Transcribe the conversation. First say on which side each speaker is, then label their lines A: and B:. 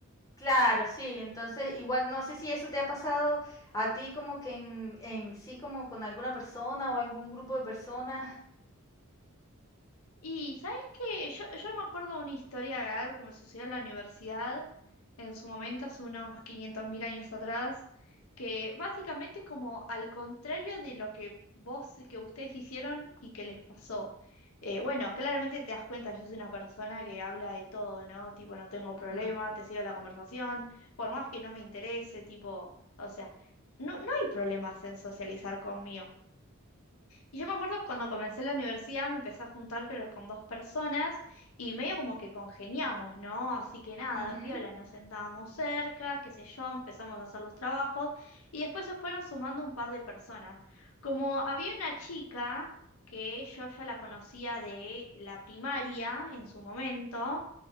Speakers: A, on the left; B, on the left.
A: Claro, sí. Entonces, igual no sé si eso te ha pasado a ti como que en, en sí, como con alguna persona o algún grupo de personas.
B: Y sabes que yo, yo me acuerdo una historia algo que me sucedió en la universidad en su momento, hace unos 500.000 años atrás, que básicamente como al contrario de lo que vos, que ustedes hicieron y que les pasó. Eh, bueno, claramente te das cuenta, yo soy una persona que habla de todo, ¿no? Tipo, no tengo problema,
A: Ujú,
B: te sigo la conversación, por más que no me interese, tipo, o sea, no, no hay problemas en socializar conmigo. Y yo me acuerdo cuando comencé la universidad me empecé a juntar creo con dos personas y medio como que congeniamos, ¿no? Así que nada,
A: ujú.
B: piola, nos sentábamos cerca, qué sé yo, empezamos a hacer los trabajos y después se fueron sumando un par de personas. Como había una chica que yo ya la conocía de la primaria en su momento,